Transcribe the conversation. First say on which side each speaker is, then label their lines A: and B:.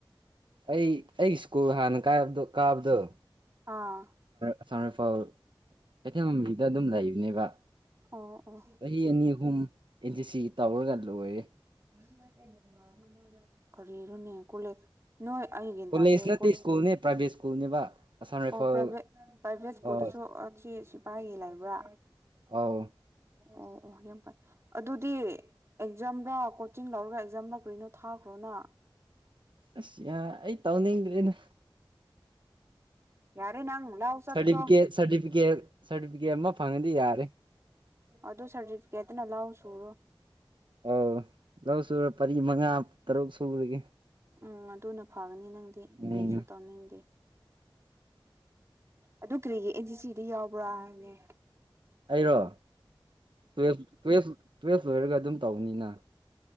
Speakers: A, on the right; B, on the right.
A: ꯑꯩ ꯑꯩ ꯨꯜ ꯍꯥꯟꯅ ꯀꯥꯏꯕ ꯀꯥ ꯑꯕꯗꯣ
B: ꯑꯥ
A: <unintelligible> ꯀꯩꯊꯦꯜꯃꯟꯕꯤꯗ ꯑꯗꯨꯝ ꯂꯩꯕꯅꯦꯕ꯫
B: ꯑꯣ ꯑꯣ
A: ꯆꯍꯤ ꯑꯅꯤ ꯑꯍꯨꯝ ꯑꯦꯟꯁꯤ ꯁꯤ ꯇꯧꯔꯒ ꯂꯣꯏꯔꯦ
B: ꯃꯅꯤ ꯈꯔꯤꯔꯅꯤ ꯀꯨꯂꯦ ꯅꯣꯏ ꯑꯩꯒꯤ
A: ꯀꯣꯂꯦꯖ
B: ꯇꯥꯗꯦ
A: ꯅꯠꯇꯦ
B: ꯀꯣ
A: ꯁ꯭ꯀꯨꯜꯅꯦ ꯄ꯭ꯔꯥꯏꯚꯦꯠ ꯁ꯭ꯀꯨꯜꯅꯦꯕ ꯑꯁꯥꯝ ꯔꯥꯏꯐꯜ
B: ꯑꯣ ꯄ꯭ꯔꯥꯏꯚꯦꯠ ꯄ꯭ꯔꯥꯏꯚꯦꯠ ꯁ꯭ꯀꯨꯜꯗꯨꯁꯨ
A: ꯑꯥ
B: ꯑꯁꯤ ꯁꯤꯐꯥꯏꯒꯤ ꯂꯩꯕ꯭ꯔꯥ
A: ꯑꯥꯎ
B: ꯑꯣ ꯑꯣ ꯌꯥꯝ ꯐꯥꯏ ꯑꯗꯨꯗꯤ ꯑꯦꯛꯖꯥꯝꯔꯥ ꯀꯣꯆꯤꯡ ꯂꯧꯔꯒ ꯑꯦꯛꯖꯥꯝꯂ ꯀꯔꯤꯅꯣ ꯊꯥꯈ꯭ꯔꯣꯅ꯫
A: ꯑꯁ ꯌꯥ ꯑꯩ ꯇꯧꯅꯤꯡꯗ꯭ꯔꯦꯅꯦ꯫
B: ꯌꯥꯔꯦ ꯅꯪꯅ ꯂ ꯆꯠꯈ꯭ꯔꯣ
A: ꯁꯥꯔꯇꯤꯐꯤꯀꯦꯠ ꯁꯥꯔꯇꯤꯐꯤꯀꯦꯠ ꯁꯥꯔꯇꯤꯐꯤꯀꯦꯠ ꯑꯃ ꯐꯪꯉꯗꯤ ꯌꯥꯔꯦ
B: ꯑꯗꯨ ꯁꯥꯔꯇꯤꯐꯤꯀꯦꯠꯇꯅ ꯂ ꯇꯔꯣ
A: ꯑꯥꯎ ꯂ ꯁꯨꯔꯨꯔꯞ ꯄꯔꯤ ꯃꯉꯥ ꯇꯔꯨꯛ ꯁꯨꯔꯒꯦ
B: ꯎꯝ ꯑꯗꯨꯅ ꯐꯒꯅꯤ ꯅꯪꯗꯤ
A: ꯎꯝ
B: ꯀꯔꯤꯁꯨ ꯇꯧꯅꯤꯡꯗꯦ ꯑꯗꯨ ꯀꯔꯤꯒꯤ ꯑꯦꯟ ꯁꯤ ꯁꯤ ꯗꯤ ꯌꯥꯎꯕ꯭ꯔꯥ ꯍꯥꯏꯅꯦ
A: ꯑꯩꯔꯣ ꯇꯨꯋꯦꯐ ꯇꯨꯋꯦꯐ ꯇꯨꯋꯦꯜꯐ ꯂꯣꯏꯔꯒ ꯑꯗꯨꯝ ꯇꯧꯧꯕꯅꯤꯅ